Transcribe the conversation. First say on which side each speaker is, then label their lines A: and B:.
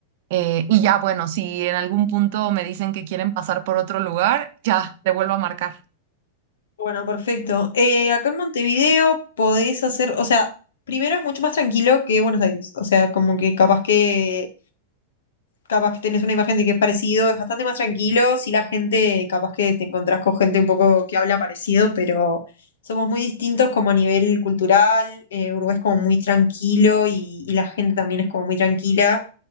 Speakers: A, on the right (about 60°); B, on the left (about 75°).
A: eh, y ya, bueno, si en algún punto me dicen que quieren pasar por otro lugar, ya, te vuelvo a marcar.
B: Bueno, perfecto. Eh, acá en Montevideo podés hacer, o sea, primero es mucho más tranquilo que Buenos Aires. O sea, como que capaz que capaz que tenés una imagen de que es parecido, es bastante más tranquilo, si la gente, capaz que te encontrás con gente un poco que habla parecido, pero somos muy distintos como a nivel cultural, eh, Uruguay es como muy tranquilo y, y la gente también es como muy tranquila,